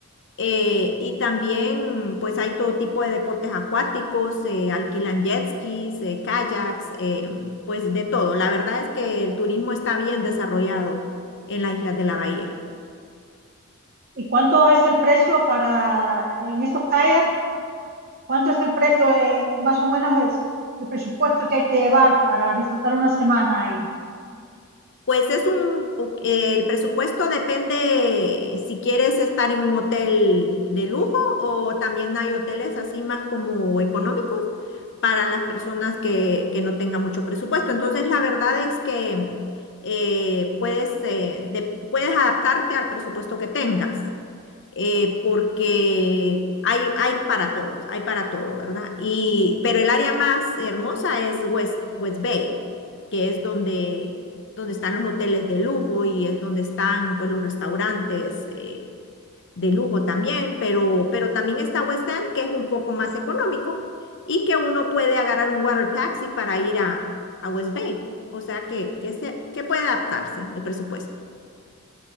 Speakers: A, on the left; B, on the right.
A: Eh, y también, pues hay todo tipo de deportes acuáticos, eh, alquilan jet skis, eh, kayaks, eh, pues de todo. La verdad es que el turismo está bien desarrollado en las islas de la bahía.
B: ¿Y cuánto es el precio para en esos kayaks? ¿Cuánto es el precio, eh, más o menos es el presupuesto que hay que llevar para disfrutar una semana ahí?
A: Pues es un, po- eh, el presupuesto depende si quieres estar en un hotel de lujo o también hay hoteles así más como económicos para las personas que, que no tengan mucho presupuesto. Entonces, la verdad es que eh, puedes, eh, de- puedes adaptarte al presupuesto que tengas eh, porque hay, hay para todos, hay para todo, ¿verdad? Y, pero el área más hermosa es West, West Bay, que es donde, donde están los hoteles de lujo y es donde están pues, los restaurantes eh, de lujo también, pero, pero también está West End, que es un poco más económico y que uno puede agarrar un water taxi para ir a, a West Bay. O sea que, que, se, que puede adaptarse el presupuesto.